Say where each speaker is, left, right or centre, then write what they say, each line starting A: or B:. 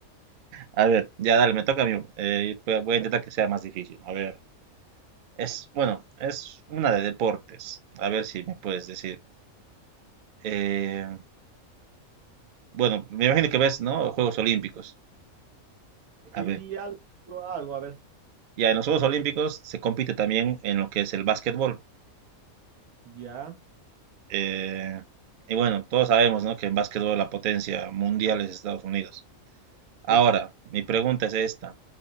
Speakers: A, on the right (about 60°); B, on the right (about 85°).
A: A ver, ya dale, me toca a mí. Eh, voy a voy
B: A
A: a intentar
B: ver.
A: que sea más difícil. A ver. Es, bueno, es una de deportes. A ver si me puedes decir. Eh, bueno, me imagino que ves, ¿no? Juegos Olímpicos.
B: Y
A: A ver.
B: algo, algo, a ver.
A: Ya en los Juegos Olímpicos se compite también en lo que es el básquetbol.
B: Ya.
A: Eh, y bueno, todos sabemos, ¿no? que en básquetbol la potencia mundial es Estados Unidos. Ahora,
B: sí.
A: mi pregunta es esta.